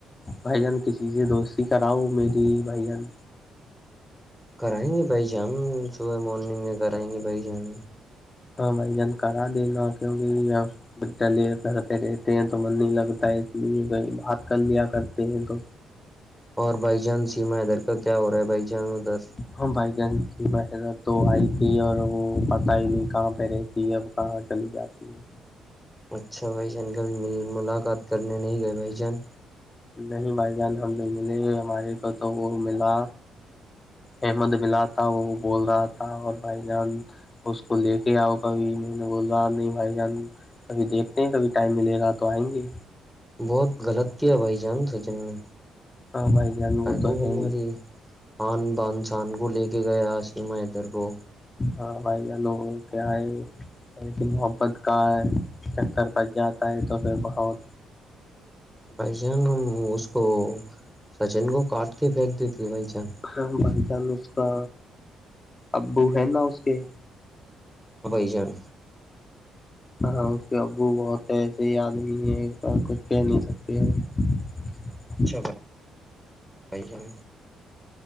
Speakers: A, on the left; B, in the centre.
A: بھائی جان کسی سے دوستی کراؤ میری بھائی جان
B: کرائیں گے بھائی ج ہم صبح مارننگ میں کرائیں گے بھائی جی ہم
A: ہاں بھائی جان کرا دینا کیونکہ ب لے کرتے رہتے ہیں تو من نہیں لگتا ہے اس لیے کہ بات کر لیا کرتے ہیں تو
B: اور بھائی جان سیما ادھر کا کیا ہو رہا ہے بھائی جان ادھر
A: ہاں بھائی جان جی بحر تو آئی تھی اور وہ پتا ہی نہیں کہاں پہ رہتی اب کہاں چلی جاتی ہے
B: اچھا بھائی جان کبھی ملاقات کرنے نہیں گئے بھائی جان
A: نہیں بھائی جان ہم نہیں ملیں گے ہمارے کو تو وہ ملا احمد ملا تھا وہ بول رہا تھا اور بھائی جان اس کو لے کے آؤ کبھی میں نے بولا نہیں بھائی جان کبھی دیکھتے ہیں کبھی ٹائم ملے گا تو آئیں گے
B: بہت غلط کیا بھائی جان سچن نے
A: ہاں بھائی جان وہ
B: ککو
A: تو
B: بماری
A: ہے ہی
B: <unintelligible> خان بان سان کو لے کے گیا سیما حدر کو
A: اور بھائی جن جو کیا ہے ایسی محبت کا چکر پچ جاتا ہے تو پھر بہت
B: بھائی چان ہم اس کو سچن کو کاٹ کے پھینک دیتے بھائی چان
A: ہاں بائی چانس اس کا ابو ہے نا اس کے
B: ا بائی جان
A: ہاں اس کے ابو بہت ایسے ہی آدمی ہے پر کچھ کہہ نہیں سکتے وہ ڑہ <inaudible>
B: اچھا بھائی جن